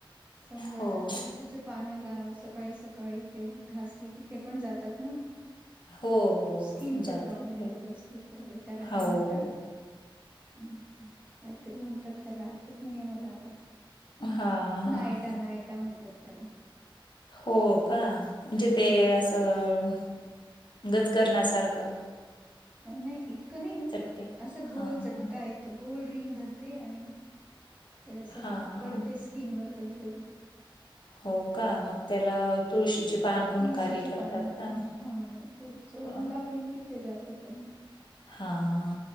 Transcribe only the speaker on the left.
हो,
हो, हो
जातात
ते.
हो.
हां, हां.
हो का? म्हणजे
ते असं गज करणा सारखं.
चट्टे.
हां,
हां.
हां,
हां.
हो का मग त्याला तुळशीची पान गुणकारी
ठरतात
का?
अ
हा.